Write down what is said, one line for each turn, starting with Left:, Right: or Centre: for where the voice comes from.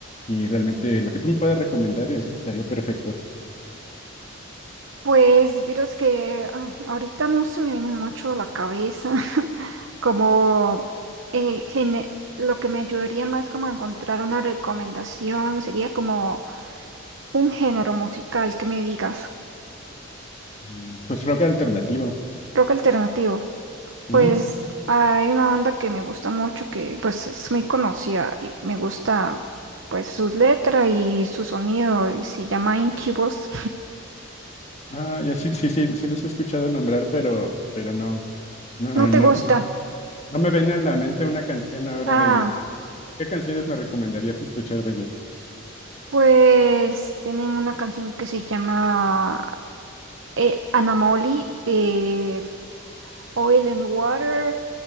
Left: y realmente lo que tú me puedas recomendar es- estaría perfecto.
Right: Pues miras que ah, ahorita no se me viene mucho a la cabeza <laughs> como eh, gene- lo que me ayudaría más como a encontrar una recomendación sería como un género musical que me digas,
Left: Mm, Pues rock alternativo.
Right: rock alternativo.
Left: Ujú.
Right: Pues hay una banda que me gusta mucho que pues es muy conocida y me gusta pues sus letras y su sonido y se llama Incubus.
Left: Ah, ya sí, sí, sí, sí los he escuchado nombrar, pero, pero no, no,
Right: No
Left: no,
Right: te Mm, gusta.
Left: no, no me viene a la mente una canción ahora
Right: Ah,
Left: de ellos. ¿Qué canciones me recomendarías escuchar de ellos?
Right: pues tienen una canción que se llama eh, Anamoli, eh, Oil and Water,